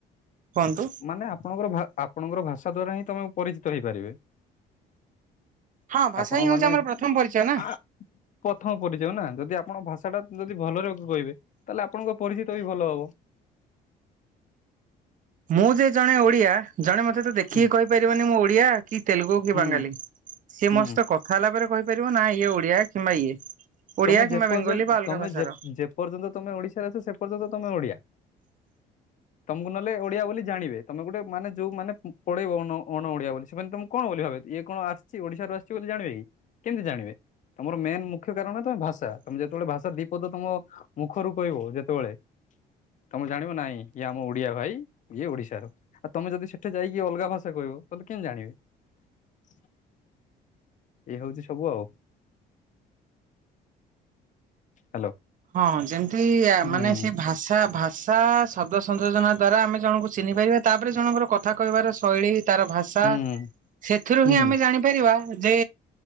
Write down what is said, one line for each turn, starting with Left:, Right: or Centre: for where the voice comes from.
Right: କୁହନ୍ତୁ
Left: ମାନେ ଆପଣଙ୍କର ଆପଣଙ୍କର ଭାଷା ଦ୍ଵାରା ହିଁ ତମେ ପରିଚିତ ହେଇପାରିବେ।
Right: ହଁ ଭାଷା
Left: ଆପଣ
Right: ହିଁ ହଉଛି
Left: ମାନେ
Right: ଆମର ପ୍ରଥମ ପରିଚୟ ନା।
Left: ଆ ପ୍ରଥମ ପରିଚୟ ନା ଯଦି ଆପଣ ଭାଷା ଟା ଯଦି ଭଲରେ କହିବେ ତାହେଲେ ଆପଣଙ୍କ ପରିଚିତ ବି ଭଲ ହବ।
Right: ମୁଁ ଯେ ଜଣେ ଓଡିଆ ଜଣେ ମତେ ତ ଦେଖିକି
Left: ହୁଁ
Right: କହିପାରିବନି ମୁଁ ଓଡିଆ। କି ତେଲୁଗୁ କି
Left: ହୁଁ
Right: ବାଙ୍ଗାଲି ସିଏ
Left: ହୁଁ
Right: ମୋ ସହିତ କଥା ହେଲା ପରେ କହିପାରିବ ନା ଇଏ ଓଡିଆ କିମ୍ବା ଇଏ। ଓଡିଆ
Left: ତମେ
Right: କିମ୍ବା
Left: ଯେପର୍ଯ୍ୟ
Right: ବେଙ୍ଗଲୀ ବା ଅଲଗା
Left: ତମେ
Right: ଭାଷାର।
Left: ଯେପର୍ଯ୍ୟନ୍ତ ତମେ ଓଡିଶାରେ ଅଛ ସେ ପର୍ଯ୍ୟନ୍ତ ତମେ ଓଡିଆ। <inaudible> ତମକୁ ନହଲେ ଓଡିଆ ବୋଲି ଜାଣିବେ ତମେ ଗୋଟେ ମାନେ ଯୋଉ ମାନେ ପଳେଇବ ଅଣ ଓଡିଆ ବୋଲି ସେମାନେ ତମକୁ କଣ ବୋଲି ଭାବେ ଇଏ କଣ ଆସିଛି ଓଡିଶାରୁ ଆସିଛି ବୋଲି ଜାଣିବେ କି କେମିତି ଜାଣିବେ ତମର ମେନ୍ ମୁଖ୍ୟ କାରଣ ତମେ ଭାଷା ତମେ ଯେତେବେଳେ ଭାଷା ଦିପଦ ତମ ମୁଖରୁ କହିବ ଯେତେବେଳେ ତମେ ଜାଣିବ ନାଇଁ ଇଏ ଆମ ଓଡିଆ ଭାଇ ଇଏ ଓଡିଶାର। ଆଉ ତମେ ଯଦି ସେଠି ଯାଇକି ଅଲଗା ଭାଷା କହିବ ତାହେଲେ କେମତି ଜାଣିବେ। ଏଇ ହଉଛି ସବୁ ଆଉ। ହ୍ୟାଲୋ।
Right: ହଁ ଯେମିତି
Left: ହୁଁ
Right: ମାନେ ସେ ଭାଷା ଭାଷା ଶବ୍ଦ ସଂଯୋଜନା ଦ୍ଵାରା ଆମେ ଜଣକୁ ଚିହ୍ନି ପାରିବା ତାପରେ ଜଣଙ୍କର କଥା କହିବାର ଶୈଳୀ ତାର ଭାଷା
Left: ହୁଁ
Right: ତା ସେଥିରୁ
Left: ହୁଁ
Right: ହିଁ ଆମେ ଜାଣିପାରିବା ଯେ